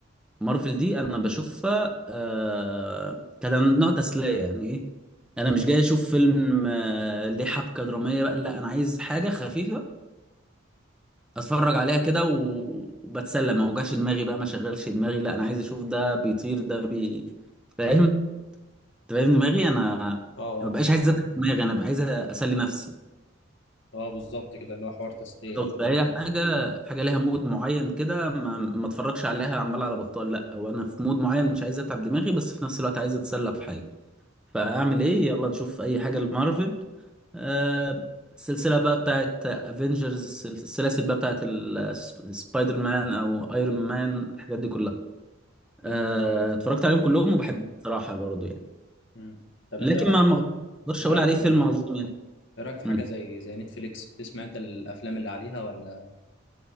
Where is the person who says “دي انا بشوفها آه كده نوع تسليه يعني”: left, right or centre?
Centre